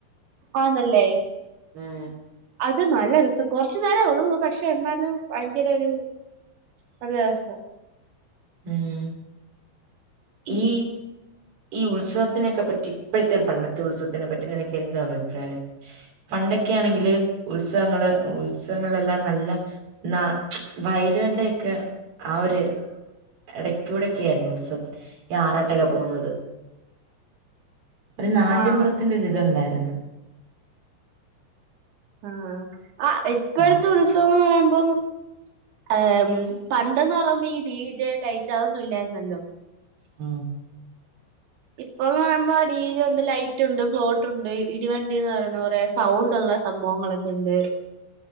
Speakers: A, on the right; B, on the right.
A: ആണല്ലേ
B: ഉം
A: അത് നല്ല രസ കൊറച്ചു നേരെ ഉള്ളൂ പക്ഷെ എന്നാലും ഭയങ്കര ഒരു നല്ല രസാ
B: ഉം ഈ ഈ ഉത്സവത്തിനെയൊക്കെ പറ്റി ഇപ്പോഴത്തെേ പണ്ടത്തെ ഉത്സവത്തിനെപ്പറ്റി നിനക്ക് എന്താ അഭിപ്രായം പണ്ടൊക്കെ ആണെങ്കില് ഉത്സവങ്ങള് ഉത്സവങ്ങളെല്ലാം നല്ല ന്നാ വയലുകളുടെയൊക്കെ ആ ഒര് എടക്കൂടൊക്കായിരുന്നു ഉത്സ ഈ ആറാട്ടൊക്കെ പോകുന്നത് ഒരു നാട്ടിൻപുറത്തിന്റെ
A: ആഹ്
B: ഒരിതുണ്ടാരുന്നു
A: ആ ആ ഇപ്പഴത്തെ
B: ഉം
A: ഉത്സവം എന്ന് പറയുമ്പം ഏമ് പണ്ട്ന്ന് പറയുമ്പോ ഈ ഡി ജെ ലൈറ്റ് അത് ഒന്നും ഇല്ലായിരുന്നല്ലോ
B: ആ
A: ഇപ്പോന്ന് പറയുമ്പൊ ടി ജെ ഉണ്ട് ലൈ ട്ടുണ്ട് ബോട്ടുണ്ട് ഇടിവണ്ടിന്ന് പറയുന്ന കുറെ സൗണ്ട് ഉള്ള സംഭവങ്ങളൊക്കെ ഉണ്ട്